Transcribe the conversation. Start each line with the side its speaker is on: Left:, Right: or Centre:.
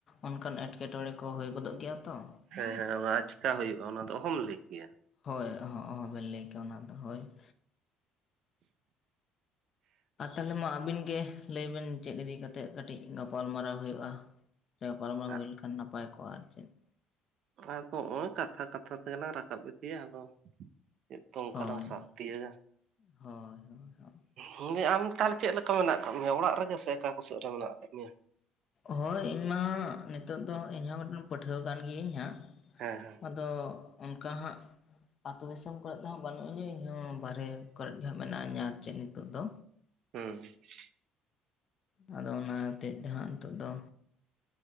Left: ᱚᱱᱠᱟᱱ ᱮᱴᱠᱮᱴᱚᱬᱮ ᱠᱚ ᱦᱩᱭ ᱜᱚᱫᱚᱜ ᱜᱮᱭᱟ ᱛᱚ ᱾
Right: ᱦᱮᱸ ᱦᱮᱸ ᱚᱱᱟ ᱪᱤᱠᱟ ᱦᱩᱭᱩᱜᱼᱟ, ᱚᱱᱟ ᱫᱚ ᱚᱦᱚᱢ ᱞᱟᱹᱭ ᱠᱮᱭᱟ ᱾
Left: ᱦᱳᱭ ᱚᱦᱚ ᱚᱦᱚ ᱵᱮᱱ ᱞᱟᱹᱭ ᱠᱮᱭᱟ ᱚᱱᱟ ᱫᱚ ᱦᱳᱭ ᱾ ᱟᱨ ᱛᱟᱦᱚᱞᱮ ᱢᱟ ᱟᱹᱵᱤᱱ ᱜᱮ ᱞᱟᱹᱭ ᱵᱤᱱ ᱪᱮᱫ ᱤᱫᱤ ᱠᱟᱛᱮᱜ ᱠᱟᱹᱴᱤᱡ ᱜᱟᱯᱟᱞ ᱢᱟᱨᱟᱣ ᱦᱩᱭᱩᱜᱼᱟ? ᱦᱮ ᱯᱟᱨᱚᱢᱚᱨ ᱦᱩᱭ
Right: ᱟᱫᱚ
Left: ᱞᱮᱠᱷᱟᱱ ᱱᱟᱯᱟᱭ ᱠᱚᱜᱼᱟ ᱟᱨ ᱪᱮᱫ ᱾
Right: ᱟᱫᱚ ᱱᱚᱜᱼᱚᱭ ᱠᱟᱛᱷᱟ ᱠᱟᱛᱷᱟ ᱛᱮᱜᱮᱞᱟᱝ ᱨᱟᱠᱟᱵ ᱤᱫᱤᱭᱟ ᱟᱫᱚ ᱾ ᱪᱮᱫ ᱛᱚ ᱚᱱᱠᱟ
Left: ᱦᱳᱭ
Right: ᱞᱟᱝ ᱥᱟᱵ ᱛᱤᱭᱳᱜᱟ?
Left: ᱦᱳᱭ ᱦᱳᱭ ᱦ
Right: ᱦᱮᱸ ᱟᱢ ᱛᱟᱦᱚᱞᱮ ᱪᱮᱫ ᱞᱮᱠᱟ ᱢᱮᱱᱟᱜ ᱟᱠᱟᱫ ᱢᱮᱭᱟ ᱚᱲᱟᱜ ᱨᱮᱜᱮ ᱥᱮ ᱚᱠᱟ ᱠᱚ ᱥᱮᱫ ᱨᱮ ᱢᱮᱱᱟᱜ ᱟᱠᱟᱫ ᱢᱮᱭᱟ?
Left: ᱦᱳᱭ ᱤᱧ ᱢᱟ ᱱᱤᱛᱚᱜ ᱫᱚ ᱤᱧᱦᱚᱸ ᱢᱤᱫᱴᱮᱱ ᱯᱟᱹᱴᱷᱩᱣᱟᱹ ᱠᱟᱱ ᱜᱤᱭᱟᱹᱧ ᱦᱟᱸᱜ᱾
Right: ᱦᱮᱸ ᱦᱮᱸ
Left: ᱟᱫᱚ ᱚᱱᱠᱟ ᱦᱟᱸᱜ ᱟᱛᱩ ᱫᱤᱥᱚᱢ ᱠᱚᱨᱮᱮᱫ ᱫᱚ ᱦᱟᱸᱜ ᱵᱟᱹᱱᱩᱜ ᱟᱹᱧᱟᱹ ᱤᱧᱦᱚᱸ ᱵᱟᱨᱦᱮ ᱠᱚᱨᱮ ᱜᱮ ᱦᱟᱸᱜ ᱢᱮᱱᱟᱧᱟᱹ ᱟᱨ ᱪᱮᱫ ᱱᱤᱛᱚᱜ ᱫᱚ᱾
Right: <unintelligible>
Left: ᱟᱫᱚ ᱚᱱᱟᱛᱮᱮᱫ ᱫᱚ ᱱᱤᱛᱳ ᱫᱚ